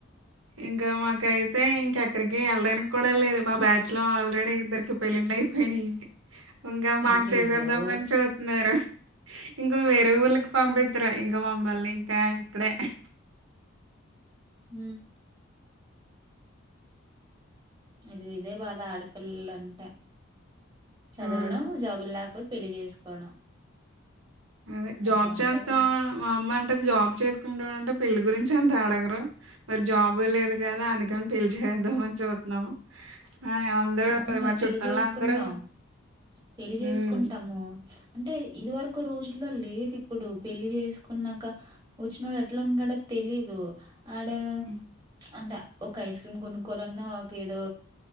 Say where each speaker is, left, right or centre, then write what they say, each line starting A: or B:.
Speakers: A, on the right (about 85°); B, on the right (about 20°).
A: ఇంకా మాకయితే ఇంకెక్కడికి వెళ్ళడానికి కూడా లేదు మా బ్యాచ్ లో ఆల్రెడీ ఇద్దరికి పెళ్లైంది. అయిపోయినయి ఇంకా మాకు
B: అయ్యయ్యో
A: చేసేద్దామని చూస్తున్నారు. ఇంకా వేరే ఊళ్ళకి పంపించరు ఇంకా మమ్మల్ని ఇంకా ఇక్కడే. ఆహ్.
B: హ్మ్ ఇది ఇదే బాధ ఆడపిల్లలంటే చదవడం
A: అవును
B: జాబులేకపోతే. పెళ్లి చేసుకోవడం.
A: అదే జాబ్
B: ఎట్లా ఉంటది
A: చేస్తాం మా అమ్మంట్. అంటుంది జాబ్ చేసుకుంటం అంటే పెళ్లి గురించి అంత అడగరు మరి జాబే లేదు కదా అందుకని పెళ్లి చేస్. అందమని చూతున్నాము. ఆ అందరూ
B: అవునురా
A: మా
B: పెళ్లి
A: చుట్టాల
B: చేసుకుంటాం
A: అందరూ
B: పెళ్లి
A: అవును
B: చేసుకుంటాము. అంటే ఇదివరకు రోజుల్లో లేదు ఇప్పుడు పెళ్లి చేసుకున్నాక వచ్చినోడు ఎట్లా ఉంటాడు. అడ తెలీదు. ఆడ
A: ఉ
B: ప్చ్ అంటే ఒక ఐస్ క్రీమ్ కొనుక్కోవాలన్నా ఒక ఏదో.